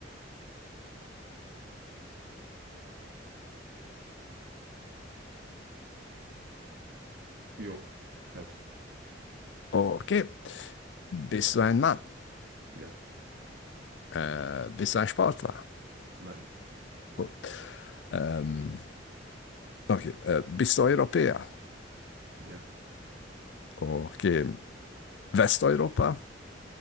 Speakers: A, on the right; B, on the left.
A: Jo, ich hab's.
B: okay. Bist du ein Mann?
A: Ja,
B: Äh, bist du ein Sportler?
A: nein,
B: Gut. Ähm, okay, äh, bist du Europäer?
A: ja,
B: Okay. Westeuropa?